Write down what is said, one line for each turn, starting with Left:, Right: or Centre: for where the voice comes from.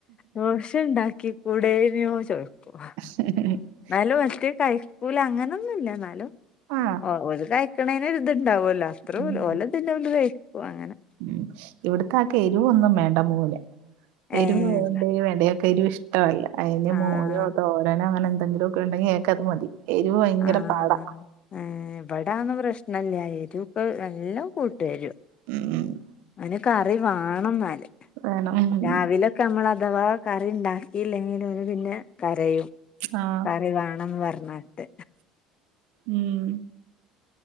Left: ദോശ ഇണ്ടാക്കി കൂടെനോ ചോദി പോവാ
Right: <unintelligible>
Left: എന്നാലും മറ്റേ കയിക്കുലാ അങ്ങനൊന്നൂല്ല എന്നാലും
Right: ആഹ്
Left: ഓഹ് ഒരു ക ക്കണേന് ഒരു ഇണ്ടാവല്ലോ അത്ര
Right: ഉം
Left: ഓല് <unintelligible> കൊണ്ട് കഴിക്കും അങ്ങനെ
Right: ഉം ഇവടത്തെ ആക്കെ എരിവൊന്നും വേണ്ട മോന്
Left: ഏഹ്
Right: എരിവ് വേണ്ടേ വേണ്ട ഇയാക്ക് എരിവ് ഇഷ് ട്ടവല്ല അയിന്
Left: ആഹ്
Right: മോരോ തോരനോ അങ്ങനെ എന്തെങ്കിലോക്കെ ഉണ്ടെങ്കി അയാക്കത് മതി എരിവ് ഭയങ്കര
Left: ആഹ്
Right: പാടാ
Left: ഇവിടതൊന്നും പ്രശ്നല്ല എരിവൊക്കെ നല്ലോം കൂട്ടും എരിവ്
Right: ഉം
Left: <unintelligible> കറി വേണം എന്നാല്
Right: വേണം ഉം
Left: രാവിലെ നമ്മൾ അഥവാ കറി ഉണ്ടാക്കിയില്ലെങ്കില് ഇവര്പിന്നെ കരയും
Right: ആഹ്
Left: കറി വേണംന്ന് പറഞ്ഞിട്ട്
Right: ഉം